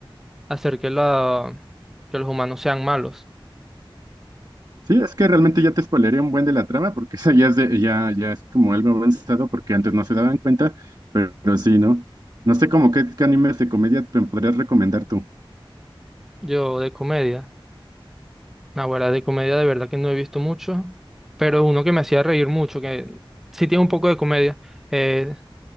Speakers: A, in the centre; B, on the right.
A: hacer que, la, que los humanos sean malos.
B: Sí, es que realmente ya te spoileré un buen de la trama, porque <laughs> esa ya es de, ya, ya es como algo avanzado, porque antes no se daban cuenta, pero, pero sí, ¿no? No sé como qué, qué animes de comedia te podrías recomendar tú.
A: Yo de comedia. Ahora de comedia de verdad que no he visto mucho. Pero uno que me hacía reír mucho, que sí tiene un poco de comedia. Eh,